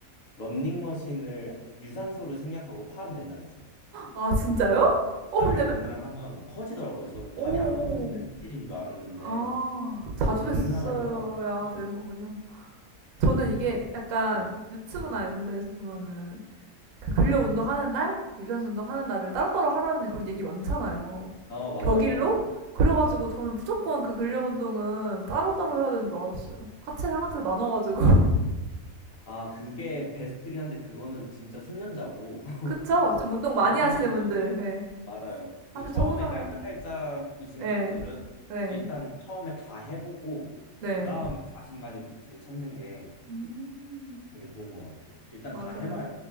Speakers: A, on the left; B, on the right.
A: 런닝머신을 유산소를 생략하고 팔은 맨날 했어요.
B: 아, 진짜요? 어,
A: 팔을
B: 근데
A: 맨날
B: 매...
A: 하면 커지더라고요. 저는 팔이
B: 오.
A: 안 커지는
B: 오.
A: 체질인 줄 알았는데
B: 아, 자주
A: 맨날
B: 했어야
A: 하니까 커져요.
B: 되는 거군요. 저는 이게 약간
A: 네.
B: 유튜브나 이런 데에서 보면은 그 근력 운동하는 날, 그 유산소 운동하는 날을 따로따로 하라는 그런 얘기 많잖아요.
A: 어, 맞아요.
B: 격일로?
A: 맞아요.
B: 그래가지고 저는 무조건 그 근력 운동은 따로따로 해야 되는 줄 알았어요. 하체, 상하체 나눠가지고. <laughs>
A: 아, 그게 베스트긴 한데 그거는 진짜 숙련자고. <laughs>
B: 그쵸? 좀 운동 많이
A: 진짜 숙련자예요.
B: 하시는 분들. 예.
A: 맞아요. 그
B: 사실
A: 처음에
B: 저보다는.
A: 깔짝깔짝이신
B: 네.
A: 분들은
B: 네.
A: 일단 처음에 다 해보고
B: 네.
A: 그 다음에 자신만의 루틴을 찾는 게
B: 음,
A: 되게 좋은 것 같아요. 일단
B: 맞아요.
A: 다 해봐야